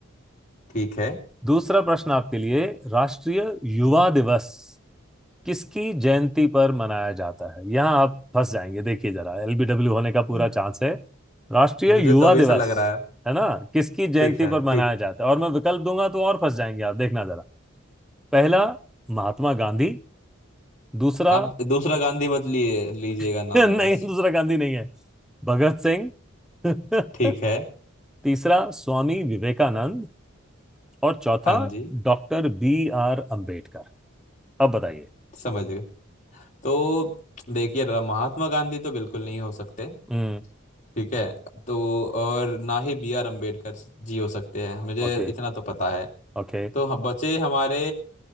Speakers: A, on the left (about 35°); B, in the centre.
A: ठीक है
B: दूसरा प्रश्न आपके लिए राष्ट्रीय युवा दिवस किसकी जयंती पर मनाया जाता है यहाँ आप फंस जाएंगे देखिए जरा एलबीडब्ल्यू होने का पूरा
A: हम्म,
B: चांस है राष्ट्रीय
A: मुझे
B: युवा
A: तो अभी
B: दिवस
A: से लग रहा है
B: है ना किसकी जयंती
A: ठीक है
B: पर
A: ठीक
B: मनाया जाता है और मैं विकल्प दूंगा तो और फंस जाएंगे आप देखना जरा पहला महात्मा गांधी दूसरा
A: आप दूसरा गांधी मत लिए लीजिएगा
B: <laughs>
A: नाम
B: नहीं
A: बस
B: दूसरा गांधी नहीं है भगत सिंह
A: ठीक
B: <laughs>
A: है
B: तीसरा स्वामी विवेकानंद और चौथा
A: हाँ जी
B: डॉक्टर बी आर अंबेडकर अब बताइए
A: समझ गए तो देखिए रा- महात्मा गांधी तो बिल्कुल नहीं हो सकते
B: हम्म
A: ठीक है तो और ना ही बी आर अम्बेडकर जी हो सकते हैं मुझे
B: Okay
A: इतना तो पता है
B: okay
A: तो हम- बचे हमारे